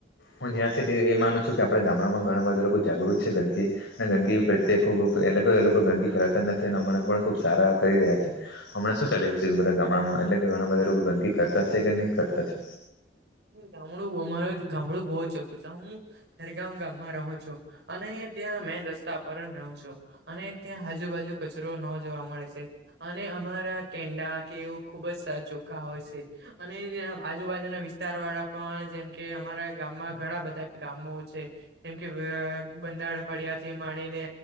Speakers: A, on the left (about 85°); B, on the right (about 60°).
A: હું જ્યાં સુધી એ માનું છું કે આપડે ગામડામાં ઘણા બધા લોકો જાગૃત છે, ગંદકી અને ગંદકી પ્રત્યે ખૂબ એ લોકો એ લોકો ગંદકી ફેલાવતા નથી એના માટે પણ ખબ સારા એવુ કરી રહ્યા છે. હમણા શું ચાલી રહ્યું છે, કે બધા ગામડામાં એટલે કે ઘણા બધા ગંદકી કર કરતા છે કે નહી કરતા છે?
B: ગામડું, અમારુ ગામડું બો ચોખ્ખું છે. હું ખેરગામ ગામ માં રહું છુ અને ત્યાં મેન રસ્તા પરજ રહું છું અને ત્યાં આજુબાજુ કચરો ન જોવા મળે છે અને અમારા કેંડા કે એવુ ખુબજ ચોખ્ખા હોય છે અને ત્યાં આજુબાજુના વીસ વિસ્તાર વાળા પણ જેમકે અમારા ગામમાં ઘણા બધા ગામો છે જેમકે <unintelligible> પડ્યાથી માણીને